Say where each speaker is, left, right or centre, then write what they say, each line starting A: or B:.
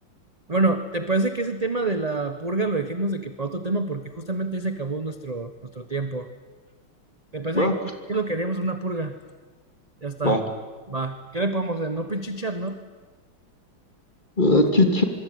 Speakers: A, on the right (about 25°); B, on the left (about 20°).
A: Bueno, ¿te parece que ese tema de la purga lo dejemos de que para otro tema? Porque justamente ahí se acabó nuestro, nuestro tiempo. ¿Te parece
B: Va,
A: que qué es lo que haríamos en una purga? Ya está.
B: va.
A: Va. ¿Qué le podemos hacer? No pinche chat, ¿no?
B: Ah,
A: No,
B: chit